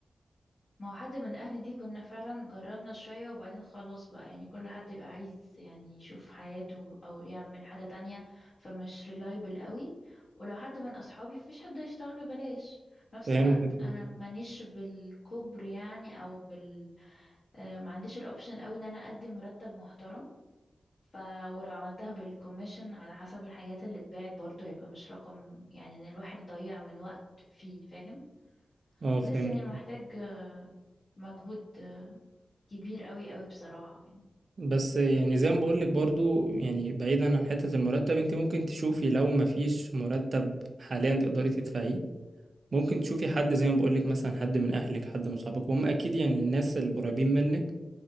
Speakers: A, on the left; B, on the right.
A: ما هو حد من اهلي دي كنا فعلا جربنا شوية وبعدين خلاص بقى يعني كل حد بقى عايز يعني يشوف حياته او يعمل حاجة تانية فمش ريلايبل قوي ولو حد من اصحابي فيش حد هيشتغل ببلاش في نفس
B: فهمت
A: الوقت انا مانيش بالكبر يعني او بال آه، ما عنديش الاوبشن قوي ان انا ادي مرتب محترم ف ولو عملتها بالكوميشن على حسب الحاجات اللي اتباعت برضه هيبقى مش رقم يعني ان الواحد يضيع من وقت فيه فاهم
B: اه فهمت
A: لسه يعني محتاج آه، مجهود آه، كبير قوي قوي بصراحة يعني
B: بس يعني زي ما بقول لك برضو يعني بعيدا عن حتة المرتب انت ممكن تشوفي لو ما فيش مرتب حاليا تقدري تدفعيه ممكن تشوفي حد زي ما بقول لك مثلا حد من اهلك حد من صحابك وهم اكيد يعني الناس القريبين منك